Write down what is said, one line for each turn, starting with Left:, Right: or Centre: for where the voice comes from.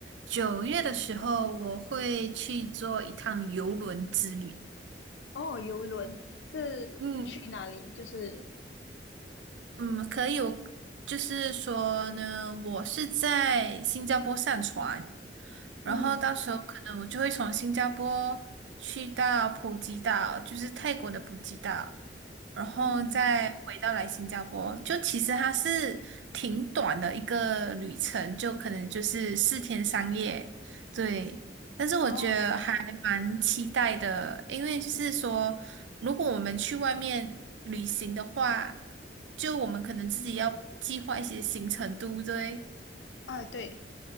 Right: 九月的时候，我会去做一趟游轮之旅。
Left: 哦，游轮是去哪里？
Right: 嗯，
Left: 就是，
Right: 嗯，可以，我就是说呢，我是在新加坡上船，然后到时候可能我就会从新加坡去到普吉岛，
Left: 嗯
Right: 就是泰国的普吉岛，然后再回到来新加坡。
Left: 嗯，
Right: 就其实它是挺短的一个旅程，就可能就是四天三夜，对。但是我觉得还蛮期待的，
Left: 哦，
Right: 因为就是说。如果我们去外面旅行的话，就我们可能自己要计划一些行程，对不对？
Left: 啊，对，